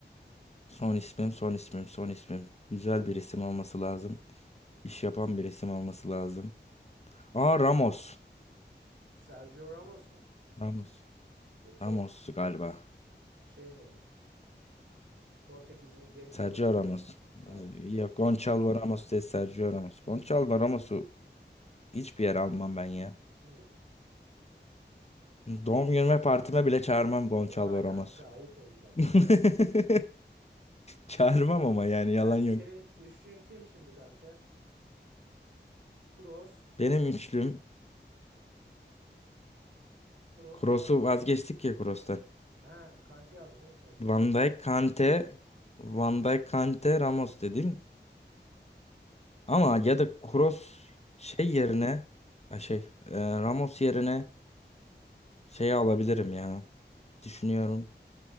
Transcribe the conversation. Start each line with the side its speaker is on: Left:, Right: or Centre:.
Left: Son ismim, son ismim, son ismim. Güzel bir isim olması lazım. İş yapan bir isim olması lazım. Aa Ramos.
Right: Sergio Ramos mu?
Left: Ramos.
Right: Yoksa
Left: Ramos galiba.
Right: şey mi? Portekiz'in genç
Left: Sergio
Right: forveti
Left: Ramos.
Right: Ramos mu? Ha.
Left: Ya Gonçalvo Ramos değil Sergio Ramos. Gonçalvo Ramos'u hiçbir yere almam ben ya.
Right: <laughs> Niye?
Left: Doğum günüme partime bile çağırmam Gonçalvo
Right: Oha kanka
Left: Ramos.
Right: ayıp oldu
Left: <laughs>
Right: bak o kadar değil.
Left: Çağırmam ama yani
Right: Yani
Left: yalan yok.
Right: senin üçlün kim şimdi kanka? Kroos,
Left: Benim üçlüm
Right: Kroos,
Left: Kroos'u
Right: Kante.
Left: vazgeçtik ya Kroos'tan.
Right: Ha, Kante'yi aldın değil mi Kroos yerine?
Left: Van Dijk,
Right: Pardon.
Left: Kante, Van Dijk, Kante, Ramos dedim. Ama
Right: Tamam.
Left: ya da Kroos şey yerine ha şey e, Ramos yerine şeyi alabilirim ya. Düşünüyorum.